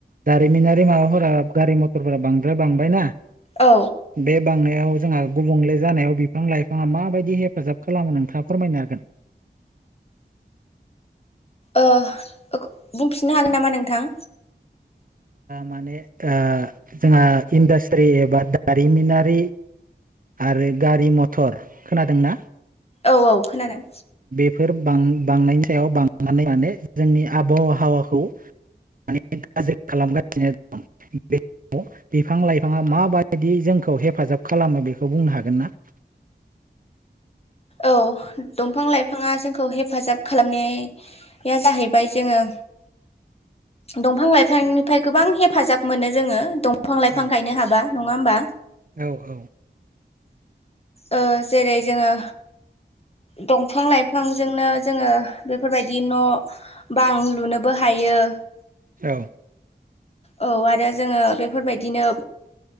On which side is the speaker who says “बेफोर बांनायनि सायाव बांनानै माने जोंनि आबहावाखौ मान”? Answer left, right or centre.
Right